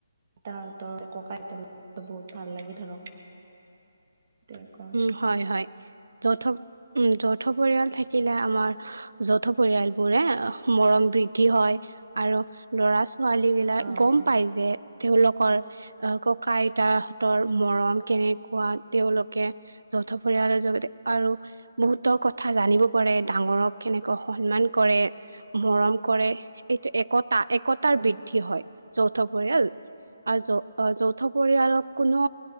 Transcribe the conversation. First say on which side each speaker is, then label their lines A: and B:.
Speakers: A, on the right (about 40°); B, on the right (about 80°).
A: তাহঁতৰ, ককাআইতাহঁতৰ বহুত ভাল লাগে ধৰক তেনেকুৱা
B: উম, হয়-হয় যৌথ উম, যৌথ পৰিয়াল থাকিলে আমাৰ যৌথ পৰিয়ালবোৰে মৰম বৃদ্ধি হয়। আৰু লৰা-ছোৱালী বিলাক
A: অ',
B: গম
A: হয়।
B: পাই যে তেওঁলোকৰ অ, ককা-আইতাহঁতৰ মৰম কেনেকুৱা তেওঁলোকে যৌথ পৰিয়ালৰ জগদে আৰু বহুতো কথা জানিব পাৰে ডাঙৰক কেনেকুৱা সন্মান মান কৰে মৰম কৰে এইটো একতা-একতাৰ
A: হয়,
B: বৃদ্ধি হয় যৌথ পৰিয়াল। আৰু যৌ আহ, যৌথ পৰিয়ালক কোনো